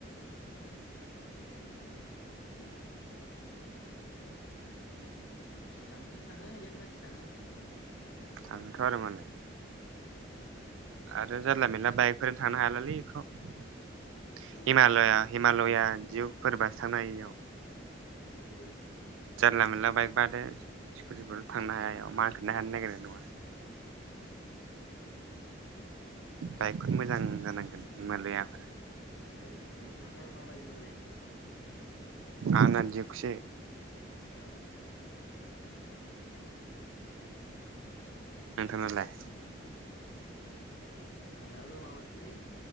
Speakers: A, on the left; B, on the right.
A: औ थांनायालाय थाङो बेराद मानसि थाङो।
B: थाङोथ' आरो मालाय
A: <inaudible>
B: आरो जारला मेरला बाइकफोरजों थांनो हालालै इफोराव
A: औ
B: हिमालया हिमालया दाउकफोरबासो थांनो हायो इयाव
A: ओहो औ।
B: जानला मोनला बाइक बाद हो स्कुटिफोरथ' थांनो हाया एयाव मानखोनोनो हानो नागेरनाय नङा।
A: <inaudible>
B: बाइकफोर मोजां जानांगोन हिमालयाफोर।
A: औ नोंथांना मा बाकमोनलाय?
B: आना दिउकसो।
A: औ।
B: नोंथांनालाय?
A: आंनाबो माबासोलै